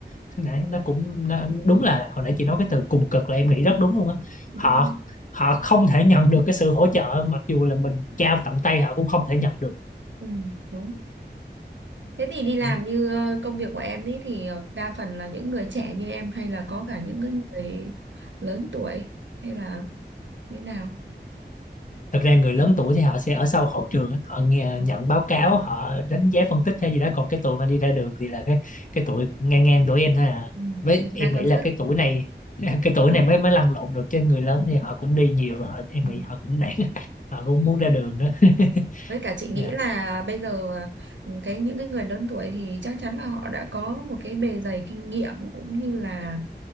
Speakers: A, on the left; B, on the right.
A: <laughs> Nãy nó cũng nó, đúng là hồi nãy chị nói cái từ cùng cực là em nghĩ rất đúng luôn á
B: Đúng
A: họ
B: rồi.
A: họ không thể nhận được cái sự hỗ trợ mặc dù là mình trao tận tay họ cũng không thể nhận được
B: Ừ, đúng. Thế thì đi làm
A: Dạ.
B: như ờ, công việc của em ấy thì ờ, đa phần là những người trẻ như em hay là có cả những cái người lớn tuổi hay là như thế nào?
A: thật ra người lớn tuổi thì họ sẽ ở sau hậu trường á, họ nghe
B: Ừ.
A: nhận báo cáo họ đánh giá phân tích hay gì đó còn cái tuổi mà đi ra đường thì là cái cái tuổi ngang ngang tuổi em thôi à
B: Ừ,
A: với
B: Mình
A: em
B: đang còn
A: nghĩ là
B: sức
A: cái tuổi này <laughs> cái tuổi
B: nữa.
A: này mới mới lăn lộn được chứ người lớn thì họ cũng đi nhiều và họ, em
B: Ừ.
A: nghĩ họ cũng nản <laughs> họ cũng muốn ra đường đó <laughs>
B: Với cả chị nghĩ
A: dạ
B: là bây giờ ờ, cái những cái người lớn tuổi thì chắc chắn là họ đã có một cái bề dày kinh nghiệm cũng như là